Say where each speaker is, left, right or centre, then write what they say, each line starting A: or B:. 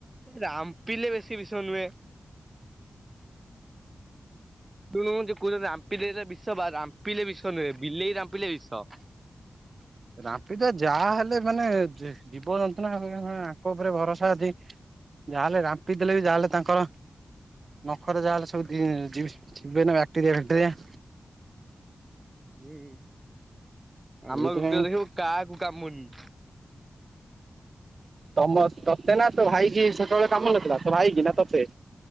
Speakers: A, on the right; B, on the right.
A: ରାମ୍ପିଲେ ବେଶୀ ବିଷ ନୁହେଁ। ଦେଖୁନୁ ମତେ କୋହୁଚନ୍ତି ରାମ୍ପି ଦେଲେ ବିଷ ବା ରାମ୍ପିଲେ ବିଷ ନୁହେଁ ବିଲେଇ ରାମ୍ପିଲେ ବିଷ।
B: <inaudible> ରାମ୍ପି ଦେବେ ଯାହା ହେଲେ ମାନେ ଜୀ-ଜୀବ ଜନ୍ତୁ ନା <unintelligible> ତାଙ୍କ ଉପରେ ଭରସା ଅଛି। ଯାହାହେଲେ ରାମ୍ପି ଦେଲେ ବି ଯାହାହେଲେ ତାଙ୍କ ନଖରେ ଯାହା ହେଲେ ସବୁ ଦି ଯି-ଯିବେ ନା ବ୍ୟାକ୍ଟେରିଆ ଫ୍ୟାକ୍ଟେରିଆ।
A: ଜି
B: ସେଇଥିପାଇଁ
A: ଆମ କୁକୁର ଦେଖିବୁ କାହାକୁ କାମୁଡିନି।
B: ତମ ତତେ ନା ତୋ ଭାଇ କିି ସେତେବେଳେ କାମୁଡି ନଥିଲା ତୋ ଭାଇ କି ନା ତତେ?